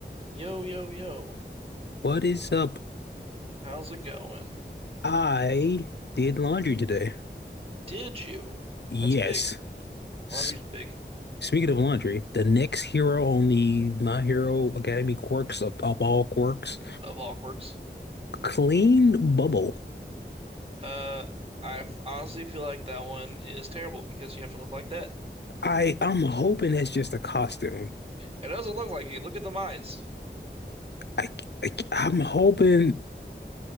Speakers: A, on the right; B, on the left.
A: Yo, yo, yo.
B: What is up?
A: How's it going?
B: I did laundry today.
A: Did you?
B: Yes.
A: That's big. Laundry's
B: S
A: big
B: speaking of laundry, the next hero on the My Hero Academy quirks of, of all quirks,
A: of all quirks.
B: Clean Bubble.
A: Uh, I f- honestly feel like that one is terrible because you have to look like that.
B: I I'm hoping that's just a costume.
A: It doesn't look like it. Look at the eyes.
B: I, I I'm hoping